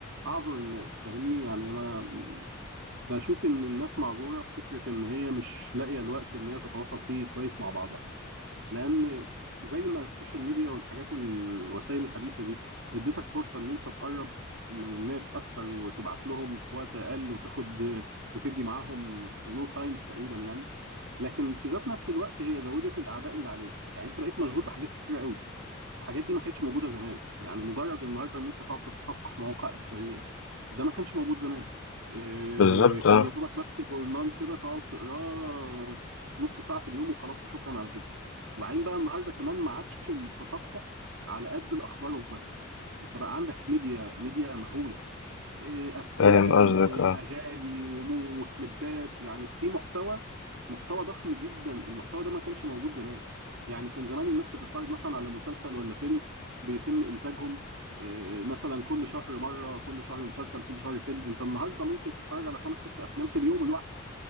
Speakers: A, on the right; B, on the left.
A: أعذر الناس فاهمني يعني أنا بشوف إن الناس معذورة في فكرة إن هي مش لاقية الوقت إن هي تتواصل فيه كويس مع بعضها لان زي ما السوشيال ميديا والحاجات الوسائل الحديثه دي اديتك فرصه ان انت تقرب من الناس اكتر وتبعت لهم في وقت اقل وتاخد وتدي معاهم في نو تايم تقريبا يعني لكن في ذات نفس الوقت هي زودت الاعباء اللي عليك يعني انت بقيت مشغول بحاجات كتيره قوي الحاجات دي ما كانتش موجوده زمان يعني مجرد النهارده ان انت تقعد تتصفح مواقع اخباريه ده ما كانش موجود زمان إيه،
B: بالظبط
A: كان
B: اه
A: يا دوبك بس جورنان كده تقعد تقراه نص ساعه في اليوم وخلاص وشكرا على كده وبعدين بقى النهارده كمان ما عادش التصفح على قد الاخبار وبس انت بقى عندك ميديا ميديا مهوله آه، افلام
B: فاهم قصدك
A: واغاني
B: اه
A: ومو وكليبات يعني في محتوى محتوى ضخم جدا المحتوى ده ما كانش موجود زمان يعني كان زمان الناس بتتفرج مثلا على مسلسل ولا فيلم بيتم انتاجهم آه، مثلا كل شهر مره كل شهر مسلسل كل شهر فيلم انت النهارده ممكن تتفرج على خمس ست افلام في اليوم الواحد